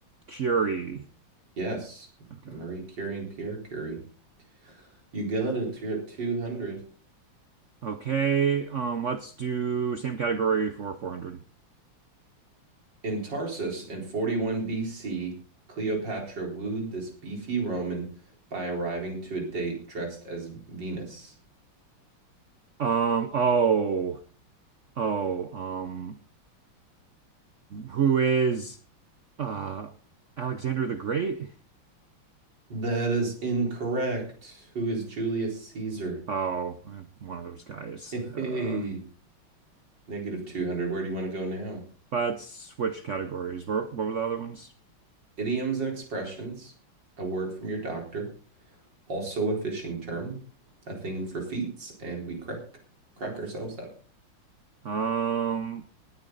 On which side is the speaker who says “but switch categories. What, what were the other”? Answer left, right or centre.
Right